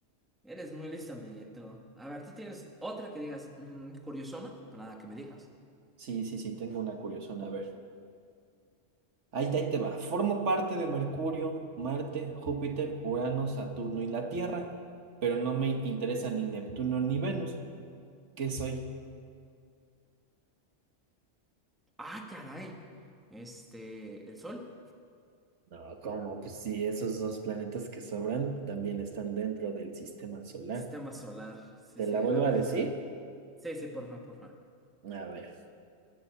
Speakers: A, in the centre; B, on the right.
A: Eres muy listo, amiguito. A ver, ¿tú tienes otra que digas mm, curiosona para que me digas?
B: Sí, sí, sí, tengo una curiosona. A ver. Ahí, ahí te va. Formo parte de Mercurio, Marte, Júpiter, Urano, Saturno y la Tierra, pero no me interesa ni Neptuno ni Venus. ¿Qué soy?
A: Ah, caray. Este, el sol.
B: No, ¿cómo? Pues sí, esos dos planetas que sobran también están dentro del sistema solar.
A: Sistema solar. Sí,
B: ¿Te
A: sí.
B: la vuelvo
A: A ver.
B: a decir?
A: Sí, sí, porfa, porfa.
B: A ver.